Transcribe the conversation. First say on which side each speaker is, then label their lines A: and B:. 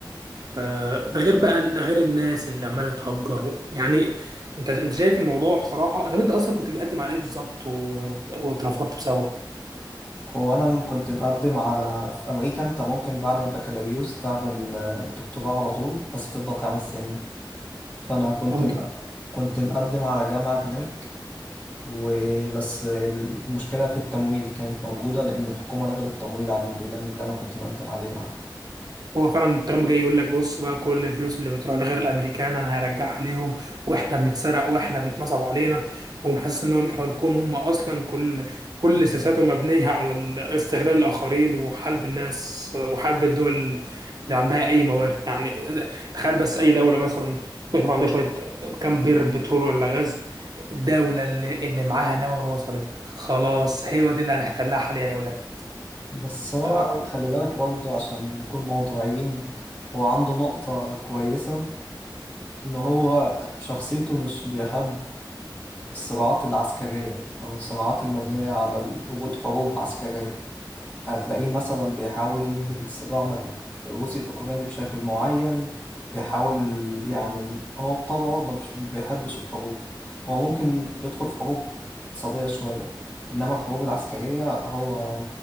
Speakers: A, on the right; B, on the left.
A: فده غير بقى ده غير الناس اللي عماله تهجر و- يعني انت انت شايف الموضوع بصراحه طب انت اصلا كنت مقدم على ايه بالظبط و- واترفضت بسببه؟
B: هو أنا م- كنت مقدم على في أمريكا أنت ممكن بعد البكالوريوس تعمل آه، دكتوراه على طول بس بتفضل خمس سنين فأنا كنت
A: أنا متوقع.
B: مق... كنت مقدم على جامعة هناك وبس المشكلة في التمويل كانت موجودة لأن الحكومة لغت التمويل عن البرنامج اللي أنا كنت مقدم عليه يعني
A: هو فعلا ترامب جاي يقول لك بص بقى كل الفلوس اللي بتروح لغير الامريكان انا هرجعها ليهم واحنا بنتسرق واحنا بيتنصب علينا ومحسس ان هم محوركون هم اصلا كل كل سياساتهم مبنيه على ال- استغلال الاخرين وحلب الناس وحلب الدول اللي عندها اي موارد يعني تخيل بس اي دوله مثلا اكتشف عندها شويه كام بير بترول ولا غاز الدوله اللي, اللي معاها نووي وصلت خلاص هي دي اللي هنحتلها حاليا يا ولاد
B: بس هو
A: يعني
B: خلي بالك برضه عشان نكون موضوعيين هو عنده نقطة كويسة إن هو بشخصيته مش بيحب الصراعات العسكرية أو الصراعات المبنية على ال- وجود حروب عسكرية فهتلاقيه مثلا بيحاول ينهي الصراع ما- الروسي الأوكراني بشكل معين بيحاول يعني هو بطبعه ما بش- ما بيحبش الحروب هو ممكن يدخل في حروب اقتصادية شوية إنما الحروب العسكرية هو